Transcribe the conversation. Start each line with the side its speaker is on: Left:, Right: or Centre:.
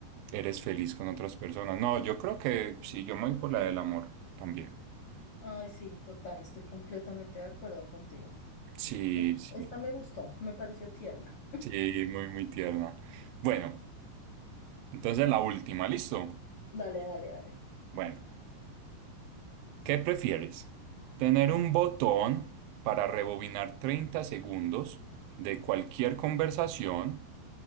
Right: eres feliz con otras personas? No, yo creo que sí, yo me voy por la del amor también.
Left: Ay, sí, total, estoy completamente de acuerdo contigo.
Right: Sí,
Left: es-
Right: sí,
Left: Esta me gustó, me pareció tierna.
Right: sí, muy, muy tierna. Bueno, entonces la última, ¿listo?
Left: Dale, dale, dale.
Right: Bueno, ¿qué prefieres? ¿Tener un botón para rebobinar 30 segundos de cualquier conversación?